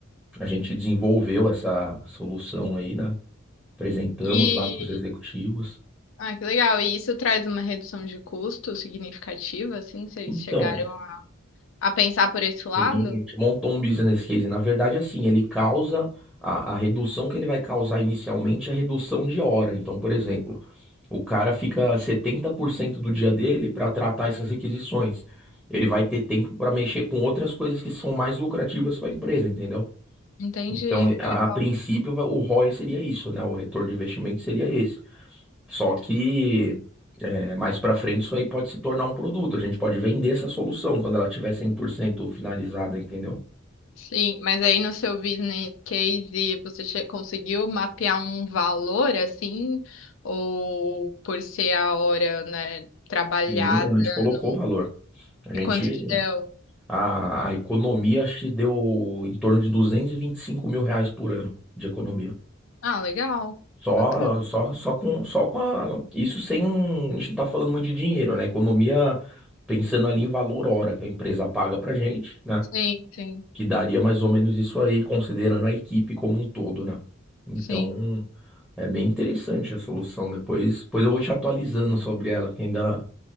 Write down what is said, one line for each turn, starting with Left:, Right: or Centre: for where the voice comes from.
Centre: a gente desenvolveu essa solução aí, né? Apresentamos
Left: E.
Centre: lá para os executivos.
Left: Ah, que legal. E isso traz uma redução de custo significativa, assim? Vocês
Centre: Então,
Left: chegaram a a pensar por esse lado?
Centre: Sim, a gente montou um business case. Na verdade, assim, ele causa a, a redução que ele vai causar inicialmente é a redução de hora. Então, por exemplo, o cara fica 70% do dia dele para tratar essas requisições. Ele vai ter tempo para mexer com outras coisas que são mais lucrativas para a empresa, entendeu?
Left: Entendi,
Centre: Então,
Left: que
Centre: a,
Left: legal.
Centre: a princípio, va- o ROI seria isso, né? O retorno de investimento seria esse. Só que é, mais para frente isso aí pode se tornar um produto. A gente pode vender essa solução quando ela tiver 100% finalizada, entendeu?
Left: Sim, mas aí no seu business case você che- conseguiu mapear um valor assim, ou por ser a hora, né, trabalhada
Centre: Sim, a gente colocou
Left: no...
Centre: valor. A
Left: e
Centre: gente,
Left: quanto que deu?
Centre: a, a economia acho que deu em torno de duzentos e e vinte e cinco mil reais por ano de economia.
Left: Ah, legal,
Centre: Só,
Left: bacana.
Centre: só, só com, só com a, isso sem, a gente não tá falando muito de dinheiro, né? Economia pensando ali em valor hora que a empresa paga pra gente, né?
Left: Sim, sim,
Centre: Que daria mais ou menos isso aí, considerando a equipe como um todo, né? Então,
Left: sim.
Centre: É bem interessante a solução. Depois, depois eu vou te atualizando sobre ela, que ainda